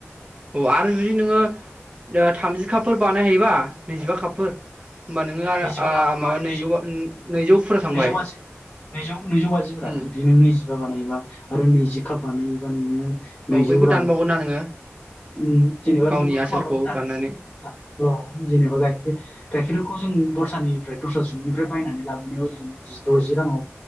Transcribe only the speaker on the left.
नैजिबा
कापफोरबालाय
नैजौ
नैजौ बाजि नैजौ नैजौ बाजिब्रा
जुदि नों नैजि बा बानायोबा आरो नैजि काप बानायोबा नोङो
नैजौ
रां
उम जेनेबा
नों बैखौ
माबाबो दानदो
औ जेनेबा गाइखेर गाइखेरखौ जों दस्रानिफ्राय दस्रा सुबुंनिफ्राय बा बायनानै लाबोनायाव जों जि द'जि रांआव